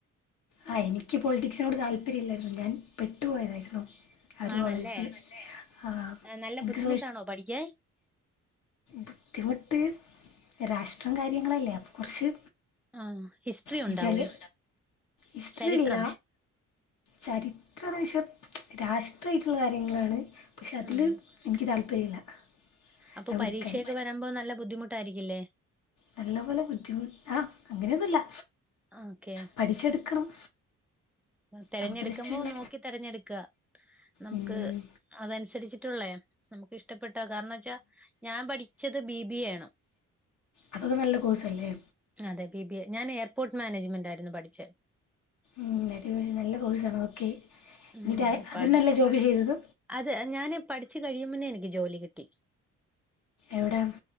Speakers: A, on the left; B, in the centre.
A: ആഹ് എനിക്ക് പോളിറ്റിക്സിനോട് താല്പര്യം ഇല്ലായിരുന്നു ഞാൻ പെട്ടു പോയതായിരുന്നു ആഹ് ഒരു
B: ആണല്ലേ
A: കോളേജില് ആഹ്
B: ഏഹ് നല്ല
A: എനിക്ക്
B: ബുദ്ധിമുട്ടാണോ പഠിക്കാൻ
A: ബുദ്ധിമുട്ട് രാഷ്ട്രം കാര്യങ്ങളല്ലേ അപ്പോ കുറച്ച്
B: ആഹ് ഹിസ്റ്ററി
A: എനിക്ക്
B: ഉണ്ടാവും
A: അതില് ഹിസ്റ്ററി
B: ചരിത്രം
A: ഇല്ല ചരിത്രവശം രാഷ്ട്രീമായിട്ടുള്ള കാര്യങ്ങളാണ് പക്ഷെ അതി
B: ഉം
A: ല് എനിക്ക് താല്പര്യമില്ല
B: അപ്പൊ
A: അത്
B: പരീക്ഷയൊക്കെ
A: പഠിക്കാൻ
B: വരാമ്പോ നല്ല ബുദ്ധിമുട്ടായിരിക്കില്ലേ
A: നല്ലപോലെ ബുദ്ധിമു ആ അങ്ങനെയൊന്നുല്ല
B: ഓക്കെ
A: പഠിച്ചെടുക്കണം
B: തെരഞ്ഞെടുക്കുമ്പോ
A: അപ്പോൾ പ്രശ്നമില്ല
B: നോക്കി തെരഞ്ഞെടുക്ക നമുക്ക്
A: ഉം,
B: അതനുസരിച്ചിട്ടുള്ളേ നമുക്ക് ഇഷ്ടപ്പെട്ടാ കാരണം വച്ചാ ഞാൻ പഠിച്ചത് ബി ബി എ ണ്
A: അതൊക്കെ നല്ല കോഴ്സല്ലേ
B: അതെ ബി ബി എ ഞാൻ എയർപോർട്ട് മാനേജ്മെന്റായിയിരുന്നു പഠിച്ചേ
A: ഉം അടിപൊളി നല്ല കോഴ്സാണ് ഓക്കേ
B: ഉം
A: എന്നിട്ട്
B: അപ്പൊ
A: അതന്നല്ലെ
B: അത്
A: ജോബ് ചെയ്തത്
B: അത് ഞാന് പഠിച്ചു കഴിയുംമുന്നേ എനിക്ക് ജോലി കിട്ടി
A: എവിടെ